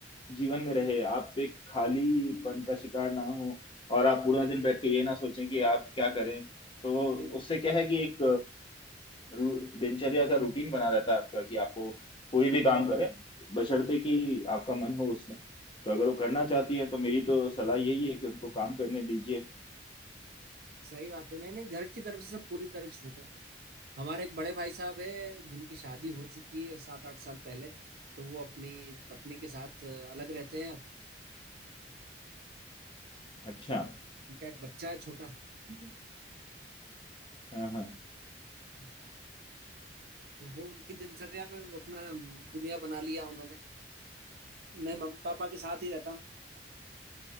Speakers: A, on the left; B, on the right.
A: जीवन में रहे आप एक खालीपन का शिकार ना हो और आप पूरा दिन बैठ के ये ना सोचें कि आप क्या करें तो
B: सही बात
A: उससे क्या है कि एक रू- दिनचर्या का रूटीन बना रहता है आपका कि आपको कोई भी काम करें बशर्ते कि आपका मन हो उसमें तो अगर वो करना चाहती है तो मेरी तो सलाह यही है कि उनको काम करने दीजिए
B: सही बात है नहीं नहीं घर की तरफ से सब पूरी तरह छूट है हमारे एक बड़े भाई साहब है जिनकी शादी हो चुकी है सात आठ साल पहले तो वो अपनी पत्नी के साथ अ, अलग रहते हैं
A: अच्छा
B: उनका एक बच्चा है छोटा <laughs>
A: हाँ हाँ
B: हाँ। तो वो उनकी दिनचर्या में अपना दुनिया बना लिया उन्होंने मैं मम्मी पापा के साथ ही रहता हूँ